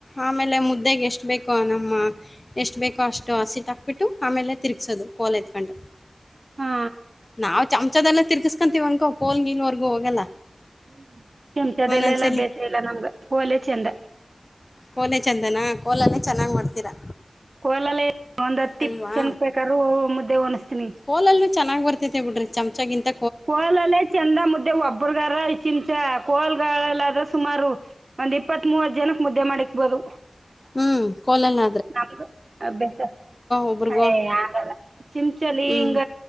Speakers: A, on the left; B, on the right.
A: ಆಮೇಲೆ ಮುದ್ದೆಗೆ ಎಷ್ಟ್ ಬೇಕೋ ನಮ್ಮ ಎಷ್ಟು ಬೇಕೋ ಅಷ್ಟು ಹಸಿಟ್ ಹಕ್ಬಿಟ್ಟು ಆಮೇಲೆ ತಿರುಗ್ಸೋದು ಕೋಲ್ ಎತ್ಕೊಂಡು
B: ಹಾ
A: ನಾವವು ಚಮಚದೆಲ್ಲ ತಿರ್ಗಿಸಕೊಂತೀವನ್ಕೋ ಕೋಲ್ ನೀನ್ವರೆಗೂ ಹೋಗಲ್ಲ
B: ಹ್ಮ ಕೆಂಚದೆಲ್ಲ
A: ಒಂದೊಂದ್ಸಲಿ
B: ಎಲ್ಲಾ ಬೇಸ ಇಲ್ಲ ನಮ್ಗೆ ಕೋಲೆ ಚೆಂದ
A: ಕೋಲೆ ಚಂದನ ಕೋಲಲ್ಲೇ ಚೆನ್ನಾಗ್ ಮಾಡ್ತೀರಾ
B: ಕೋಲಲ್ಲ ಒಂದ್ ಹತ್ತಿಪ್ಪ
A: ಅಲ್ವಾ
B: ಚೆನ್ ಬೇಕಾದ್ರರು ಮುದ್ದೆ ಒಣಿಸಸ್ತೀನಿ
A: ಹೋಲಲ್ಲೂ ಚೆನ್ನ್ ಬರ್ತೆ ಬಿಡ್ರಿ ಚಮಚಾಗಿಗಿಂತ
B: ಕೋಲಲ್ಲೇ ಚಂದ ಮುದ್ದೆ ಒಬ್ಬ್ರಗಾರ ಚಿಂಚ ಕೋಲ್ಲದ್ರ ಸುಮಾರು ಒಂದ್ ಇಪ್ಪತ್ ಮೂವತ್ ಜನಕ್ ಮುದ್ದೆ ಮಾಡಿಕ್ಬೋದು
A: ಹ್ಮ್ ಕೊಲಲ್ಲ
B: ನಮ್ಗ ಅಸ
A: ಒಬ್ರಗೋ
B: ಹಯ ಆಗಲ್ಲ ಚಿಂಚಲಿ
A: ಹ್ಮ್
B: ಹಿಂಗ